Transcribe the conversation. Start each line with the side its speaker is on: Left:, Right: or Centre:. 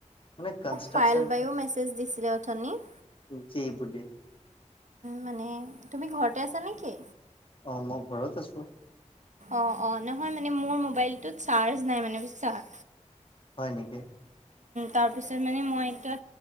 Left: মানে। কনষ্ট্ৰাকচন
Right: ফাইল বায়ো মেছেজ দিছিলে অথনি-
Left: কি বুলি।
Right: মানে তুমি ঘৰতে আছা নেকি?
Left: অ মই ঘৰত আছো।
Right: অ অ নহয় মানে মোৰ মোবাইলটোত চাৰ্জ নাই মানে বিশ-
Left: হয় নেকি
Right: তাৰপিছত মানে মই এইটো